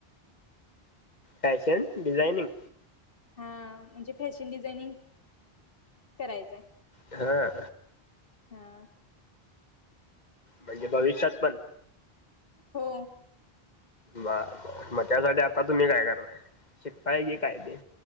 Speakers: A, on the left; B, on the left.
A: Fashion designing?
B: हा म्हणजे फॅशन डिझाइनिंग करायचंय.
A: हा.
B: हां.
A: म्हणजे भविष्यात पण?
B: हो.
A: ब ब मग त्यासाठी आता तुम्ही काय करताय? शिकताय की काय ते